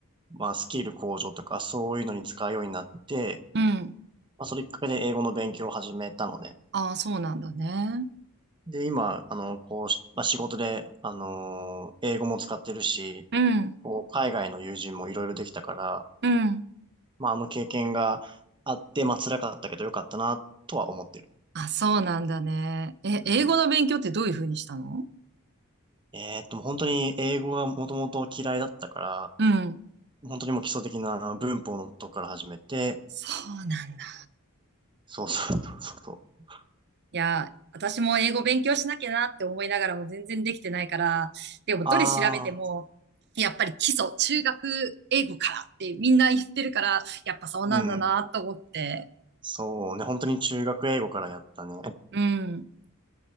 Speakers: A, on the right (about 20°); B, on the right (about 50°).
A: まあスキル向上とかそういうのに使うようになって、
B: うん、
A: まあそれきっかけで英語の勉強を始めたのね。
B: ああ、そうなんだね。
A: で、今、あの、こうし、まあ仕事で、あの、英語も使ってるし、
B: うん、
A: こう、海外の友人もいろいろできたから、
B: うん、
A: まああの経験があって、まあ辛かったけどよかったな、とは思ってる。
B: あ、そうなんだね。え、
A: うん
B: 英語の勉強ってどういうふうにしたの
A: えーっと、本当に英語がもともと嫌いだったから、
B: うん。
A: 本当にもう基礎的な文法のとこから始めて、
B: そうなんだ。
A: そうそうそうそうそう。
B: いや、私も英語勉強しなきゃなって思いながらも全然できてないから、でもどれ調べても、
A: ああ、
B: やっぱり基礎、中学英語からってみんな言ってるから、やっぱそうなんだなと思って。
A: うん。そうね、本当に中学英語からやったね。
B: うん。